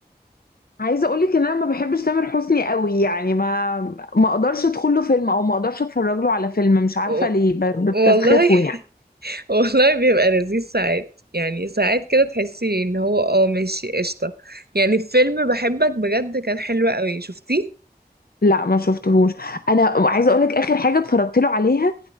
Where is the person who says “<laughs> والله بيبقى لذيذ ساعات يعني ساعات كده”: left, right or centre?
Right